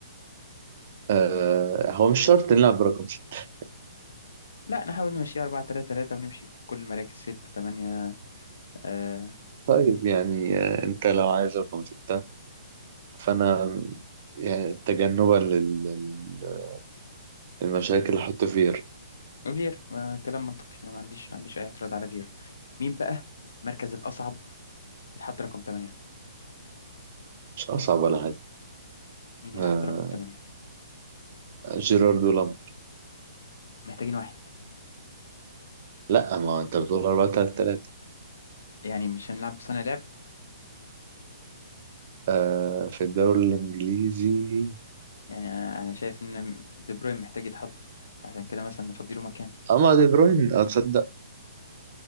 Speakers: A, on the right; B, on the left.
A: آه هو مش شرط نلعب برقم ستة
B: لا نحاول نمشي 4 3 3 ونمشي بكل المراكز 6 8 آه
A: طيب يعني آه انت لو عايز رقم ستة فانا يعني تجنبا لل- لل- للمشاكل اللي هحط فيها
B: فير آه كلام منطقي انا ما عنديش ما عنديش اي اعتراض على فير مين بقى المركز الاصعب يتحط رقم 8
A: مش اصعب ولا حاجة
B: مين يتحط
A: آه
B: رقم 8
A: جيرارد ولامب
B: محتاجين واحد
A: لا ما انت بتقول 4 3 3
B: يعني مش هنلعب بصانع لعب
A: آه في الدوري الانجليزي
B: يعني انا أنا شايف ان دي بروين محتاج يتحط عشان كده مثلا نفضيله مكان
A: اما دي بروين اتصدق